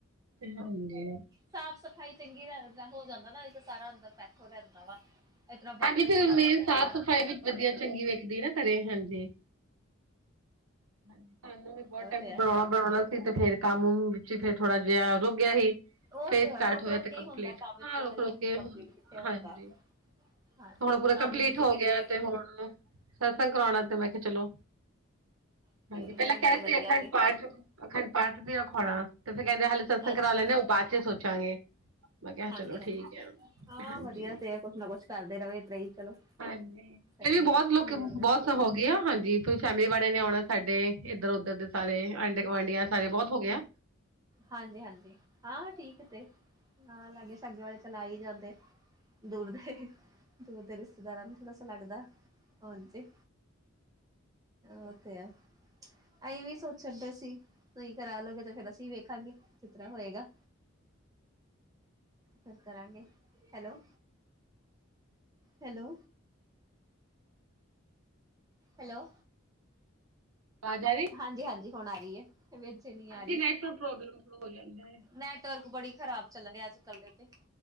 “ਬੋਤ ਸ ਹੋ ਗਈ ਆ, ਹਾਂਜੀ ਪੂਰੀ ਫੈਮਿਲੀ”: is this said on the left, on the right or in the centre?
Right